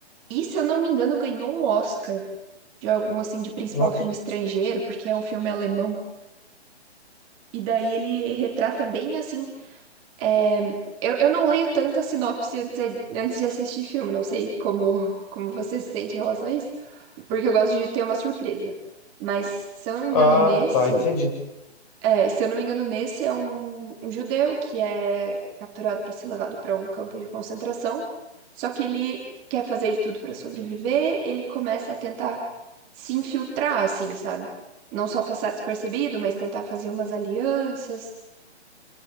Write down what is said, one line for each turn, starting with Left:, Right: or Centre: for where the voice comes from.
Right: E, se eu não me engano, ganhou um Oscar de algum, assim, de principal
Left: Nossa.
Right: filme estrangeiro, porque é um filme alemão. E daí ele retrata bem, assim, É, Eu, eu não leio tanta sinopse antes de, antes de assistir filme, não sei como, como você se sente em relação a isso, porque eu gosto de ter uma surpresa. Mas, se eu não me engano,
Left: Ah,
Right: nesse,
Left: tá, entendi,
Right: é, se eu não me engano, nesse é um, um judeu que é capturado para ser levado para um campo de concentração, só que ele quer fazer de tudo para sobreviver, ele começa a tentar se infiltrar, assim, sabe? Não só passar despercebido, mas tentar fazer umas alianças.